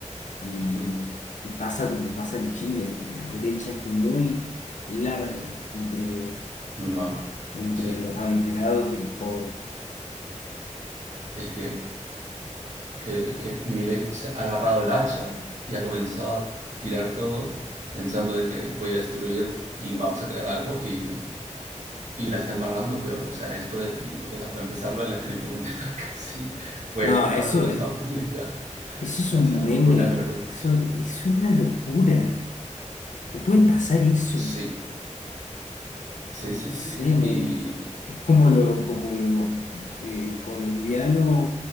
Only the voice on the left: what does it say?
y,
y pasa como pasa en Chile, que la brecha es muy larga entre,
entre
los adinerados y los pobres.
No,
eso,
eh,
eso es un
meme,
eso, eso es una locura, no puede pasar eso.
sé,
me,
es como, lo, como los eh, colombianos,